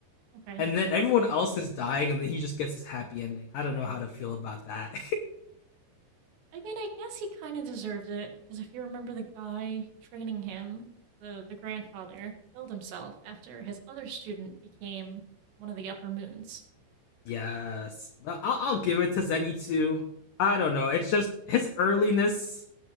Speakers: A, on the right (about 75°); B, on the left (about 80°).
A: Okay.
B: and then everyone else is dying, and then he just gets his happy ending. I don't know how to feel about that.
A: I mean, I guess he kind of deserved it because if you remember the guy training him, the the grandfather killed himself after his other student became one of the upper moons.
B: <laughs> yes, but I'll, I'll give it to Zenitsu. I don't know. It's just his earliness,